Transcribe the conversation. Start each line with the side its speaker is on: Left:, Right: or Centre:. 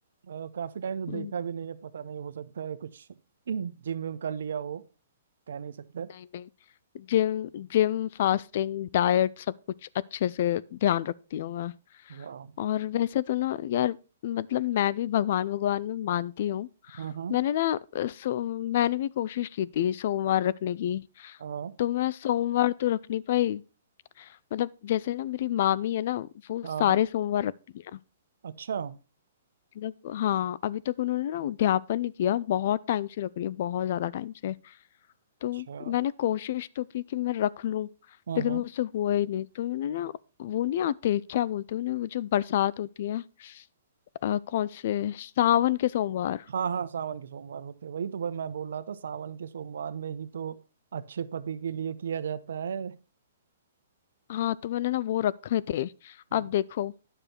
Right: अ, काफी टाइम से
Left: हम्म,
Right: देखा भी नहीं है पता नहीं हो सकता है कुछ <clears throat> जिम विम कर लिया हो कह नहीं सकते
Left: नहीं नहीं जिम जिम फास्टिंग डाइट सब कुछ अच्छे से ध्यान रखती हूँ मैं
Right: वाह
Left: और वैसे तो ना यार मतलब मैं भी भगवान भगवान में मानती हूँ
Right: हाँ हाँ
Left: मैंने ना अ, सो मैंने भी कोशिश की थी सोमवार रखने की
Right: हाँ
Left: तो मैं सोमवार तो रख नहीं पाई मतलब जैसे ना मेरी मामी है ना वो
Right: हाँ
Left: सारे
Right: हाँ
Left: सोमवार रखती है
Right: अच्छा
Left: मतलब हाँ अभी तक उन्होंने ना उद्यापन नहीं किया बहुत टाइम से रख रही है बहुत ज्यादा टाइम से तो
Right: अच्छा
Left: मैंने कोशिश तो की कि मैं रख लूं
Right: हाँ
Left: लेकिन
Right: हाँ
Left: मुझसे हुआ ही नहीं तो उन्होंने ना वो नहीं आते क्या बोलते हैं उन्हें वो जो बरसात होती है अ, कौन से सावन के सोमवार
Right: हाँ हाँ सावन के सोमवार होते हैं। वही तो भाई मैं बोल रहा था सावन के सोमवार में ही तो अच्छे पति के लिए किया जाता है
Left: हाँ तो मैंने ना वो रखे थे
Right: हम्म,
Left: अब देखो